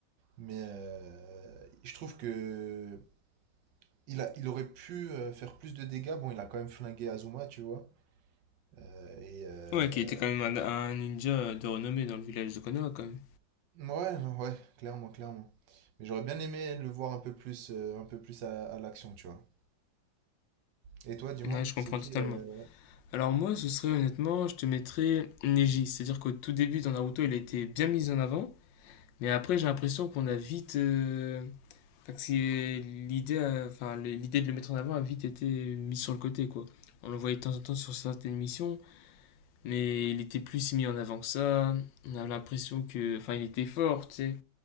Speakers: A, on the right; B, on the left.
A: mais euh, je trouve que il a, il aurait pu euh, faire plus de dégâts. Bon, il a quand même flingué Azuma, tu vois. Euh, et euh,
B: Ouais, qui était quand même un, un ninja de renommée dans le village de Konoha quand même.
A: ouais, non, ouais, clairement, clairement. Mais j'aurais bien aimé le voir un peu plus, euh, un peu plus à, à l'action, tu vois. Et toi, dis-moi,
B: Ouais, je comprends
A: c'est qui
B: totalement.
A: euh,
B: Alors moi, ce serait honnêtement, je te mettrais Neji. C'est-à-dire qu'au tout début dans Naruto, il a été bien mis en avant, mais après j'ai l'impression qu'on a vite... euh, Enfin, que c'est- l'idée, a- enfin, l'idée de le mettre en avant a vite été mise sur le côté, quoi. On le voyait de temps en temps sur certaines missions, mais il était plus si mis en avant que ça. On a l'impression que... Enfin, il était fort, tu sais,